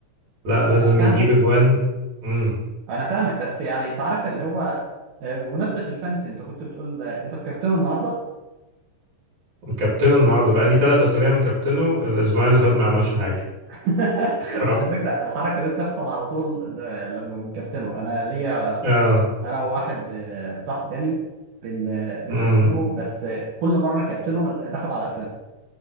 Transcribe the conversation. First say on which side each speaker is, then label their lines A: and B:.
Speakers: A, on the right; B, on the right.
A: لا لازم
B: أنا فاهمك
A: يجيب اجوان امم
B: انا فاهمك بس يعني انت عارف اللي هو آه، بمناسبه الفانز انت كنت بتقول آه، انت بكابتنه النهارده
A: كابتنه النهارده بقى لي ثلاث اسابيع مكابتنه الاسبوعين اللي فات ما عملش حاجه
B: <laughs>
A: ف...
B: على فكره الحركه دي بتحصل على طول ل- لما بنكابتنه انا ليا
A: اه
B: انا وواحد آه، صاحبي تاني بن آه، بنكابتنه
A: امم
B: بس آه، كل مره نكابتنه ناخد على